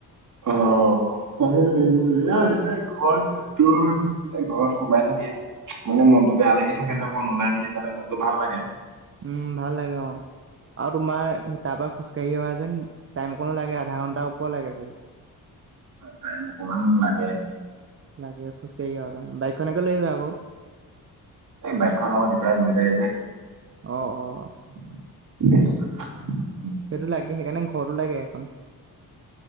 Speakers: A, on the right (about 60°); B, on the right (about 40°).
A: আহ আহ এনে ঘৰ তোৰ মানে ঘৰত সোমাই থাকে। মানে মনতটো বেয়া লাগি থাকে যে অকৌ ওলাই মেলি গ'লে মনটো ভাল লাগে।
B: উম, ভাল লাগে অ'। আৰু তোমাৰ তাৰ পৰা খোজকাঢ়ি অহা যেন টাইম কণো লাগে আধা ঘণ্টাাৰ ওপৰত লাগে চাগে।
A: টাইম অকমান লাগে।
B: লাগে খোজকাঢ়ি অহা কাৰণ, বাইকখনকে লৈ আহিবা আকৌ।
A: এই বাইকখন আকৌ দেউতাই লৈ যায় যে।
B: অঁ, অঁ।
A: স <unintelligible>
B: সেইটো লাগে সেইকাৰণে ঘৰতো লাগে এখন।